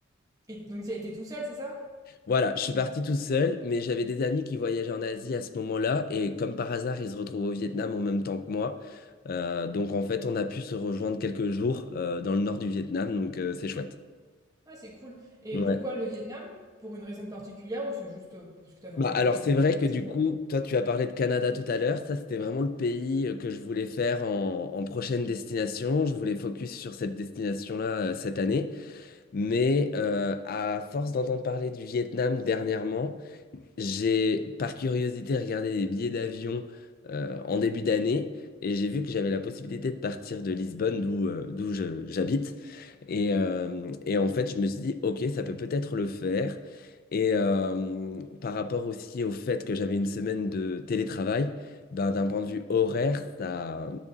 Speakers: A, on the right; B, on the left.
A: Et donc, tu as été tout seul, c'est ça?
B: Voilà, je suis parti tout seul, mais j'avais des amis qui voyageaient en Asie à ce moment-là, et comme par hasard, ils se retrouvent au Vietnam en même temps que moi. Euh, donc en fait, on a pu se rejoindre quelques jours euh, dans le nord du Vietnam, donc euh, c'est chouette.
A: Ah, c'est cool. Et
B: Ouais.
A: pourquoi le Vietnam? Pour une raison particulière ou c'est juste euh, parce que tu avais
B: Bah,
A: envie
B: alors
A: de le découvrir
B: c'est vrai
A: comme
B: que du
A: ça?
B: coup, toi tu as parlé de Canada tout à l'heure, ça c'était vraiment le pays euh, que je voulais faire en, en prochaine destination, je voulais focus sur cette destination-là euh, cette année, mais euh, à force d'entendre parler du Vietnam dernièrement, J'ai, par curiosité, regardé les billets d'avion euh, en début d'année et j'ai vu que j'avais la possibilité de partir de Lisbonne, d'où euh, d'où je- j'habite, et, euh, et en fait, je me suis dit, ok, ça peut peut-être le faire. Et euh, par rapport aussi au fait que j'avais une semaine de télétravail, ben, d'un point de vue horaire, ça,